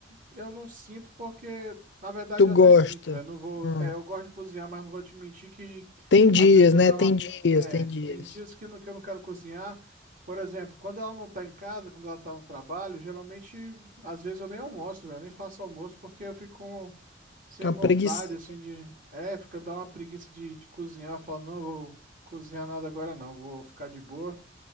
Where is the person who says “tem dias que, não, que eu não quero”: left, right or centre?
Right